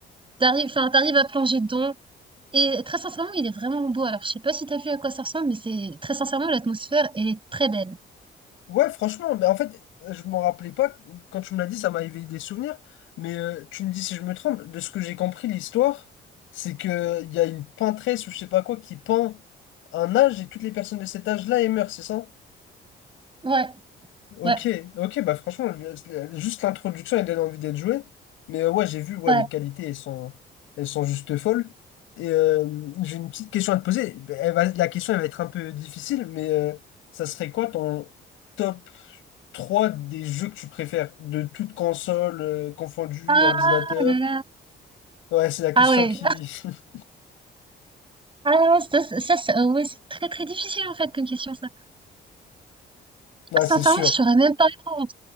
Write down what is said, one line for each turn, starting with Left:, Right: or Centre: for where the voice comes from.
Right: t'arrives, enfin t'arrives à plonger dedans. Et très sincèrement, il est vraiment beau. Alors je sais pas si t'as vu à quoi ça ressemble, mais c'est très sincèrement l'atmosphère, elle est très belle.
Left: Ouais, franchement, mais en fait, je m'en rappelais pas, quand tu me l'as dit, ça m'a éveillé des souvenirs, mais euh, tu me dis si je me trompe, de ce que j'ai compris, l'histoire, c'est que il y a une peintresse ou je sais pas quoi qui peint un âge et toutes les personnes de cet âge-là, elles meurent, c'est ça?
Right: Ouais,
Left: Ok,
Right: ouais,
Left: ok, bah franchement, le- le- juste l'introduction, elle donne envie d'être jouée. Mais euh, ouais, j'ai vu, ouais,
Right: ouais.
Left: les qualités, elles sont, elles sont juste folles. Et euh, j'ai une petite question à te poser. Bah, Elle va- la question, elle va être un peu difficile, mais euh, ça serait quoi ton top 3 des jeux que tu préfères? De toute console, euh, confondue,
Right: Ah
Left: ordinateur?
Right: là là.
Left: Ouais, c'est la question
Right: Ah ouais.
Left: qui... <laughs>
Right: Ah non, ça, ça, ça, ça- ouais, c'est très très difficile en fait comme question ça.
Left: Ah,
Right: Ah,
Left: c'est
Right: Sincèrement,
Left: sûr.
Right: je saurais même pas répondre.